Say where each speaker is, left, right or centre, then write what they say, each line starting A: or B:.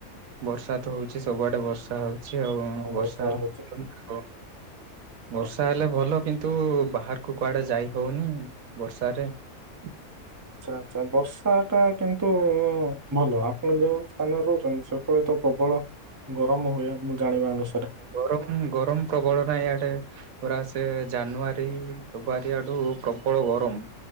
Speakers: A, on the right (about 70°); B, on the right (about 25°).
A: ବର୍ଷା ତ ହଉଛି ସବୁଆଡେ ବର୍ଷା ହ ଛି ଆଉ
B: ହଁ
A: ବର୍ଷା ହେଲେ
B: ହଉଛି
A: <inaudible> ଆ ବର୍ଷା
B: ହଁ
A: ହେଲେ ଭଲ କିନ୍ତୁ ବାହାରକୁ କୁଆଡ଼େ ଯାଇ ହଉନି ବର୍ଷାରେ। ହ
B: ଆଚ୍ଛା ଆଛା ବର୍ଷା ଟା କିନ୍ତୁ ଭଲ ଆପଣ ଯୋଉ ସ୍ଥାନରେ ରହୁଛନ୍ତି ସେପଟେ ତ ପ୍ରବଳ ଗରମ ହୁଏ, ମୁଁ ଜାଣିବା ଅନୁସାରେ।
A: ଗରମ ଗରମ ପ୍ରବଳ ନା ଇଆଡେ। ପୁରା ସେ ଜାନୁଆରୀ ଫେବୃଆରୀ ଆଡୁ ପ୍ରବଳ ଗରମ।